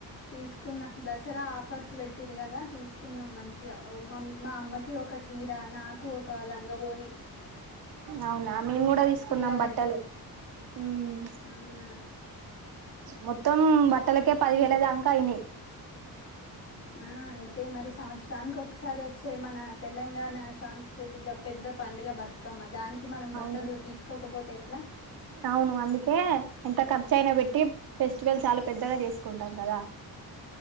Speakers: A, on the left (about 35°); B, on the right (about 70°).
A: తీసుకున్నా దసరా ఆఫర్స్ పెట్టిరు కదా తీసుకున్నాం మంచిగ మ్ మామ్మ ఒక చీరా నాకు ఒక లంగ ఒని
B: అవునా మేము కూడా తీసుకున్నాం
A: పిల్లలకి
B: బట్టలు ఉమ్,
A: అవునా
B: మొత్తం బట్టలకే పదివేల దాంకా అయినాయ్
A: ఆ అయితయ్ మరి సంవత్సరానికి ఒక ఒకసారి వచ్చే మన తెలంగాణ సాంస్కృతిక పెద్ద పండుగ బతుకమ్మ దానికి మనం బట్టలు
B: అవును
A: తీసుకోకపోతే ఏ ట్లా
B: అవును అందుకే ఎంత ఖర్చు అయినా పెట్టి ఫెస్టివల్ చాలా పెద్దగా చేస్త కుంటాం కదా